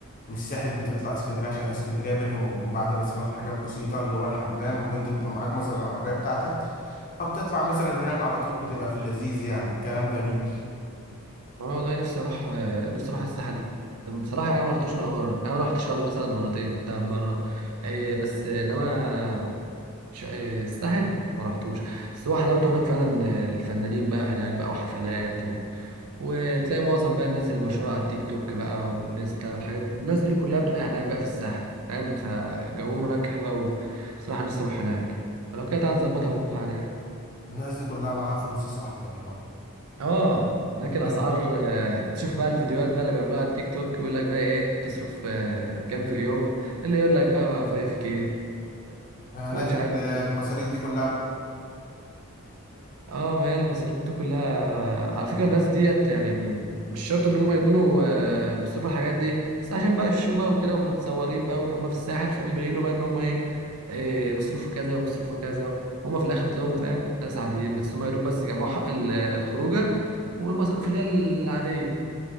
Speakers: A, on the left; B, on the right.
A: مش ساحل بتطلع اسكندريه عشان اسكندريه بينهم وبين بعض مثلا حاجات بسيطه اللي هو الحمام وانت بيبقى معاك مثلا العربيه بتاعتك فبتطلع مثلا هناك على طول بتبقى في اللذيذ يعني الكلام جميل
B: أنا والله نفسي أروح آه، نفسي أروح الساحل بصراحة أنا ما رحتش ولا مرة يعني أنا رحت شرم مثلا مرتين دهب مرة إيه بس آه، إنما ش- آه، الساحل ما رحتوش بس هو حلاوته هناك فعلا آه، الفنانين بقى هناك بقى وحفلات وتلاقي معظم بقى الناس المشهورة على التيك توك بقى والانستا والحاجات دي. الناس دي كلها بتبقى هناك بقى في الساحل فاهم فجوهم هناك حلو أوي بصراحة نفسي أروح هناك لو
A: الناس
B: كده تعالى نظبطها
A: دي
B: ونروح هناك
A: الناس دي كلها معاها فلوس يا صاحبي والله
B: اه هناك الأسعار
A: الناس دي-
B: آه، تشوف بقى الفيديوهات بقى اللي بيعملوها على التيك توك يقول لك بقى إيه تصرف آه، كام في اليوم اللي يقول لك بقى 5K
A: هناك
B: ومش
A: المصاريف
B: عارف اللي
A: دي كلها
B: اه ما هي المصاريف دي كلها على فكرة الناس ديت يعني م- مش شرط ان هم يكونوا آه، بيصرفوا الحاجات دي بس عشان بقى الشو بقى وكده ومتصورين بقى وان هم في الساحل فبيبينوا بقى ان هم ايه إيه بيصرفوا كذا وبيصرفوا كذا هم في الاخر تلاقيهم فاهم ناس عاديين بس هم يا دوب بس جمعوا حق ال- الخروجه والمصاريف اللي هي العاديه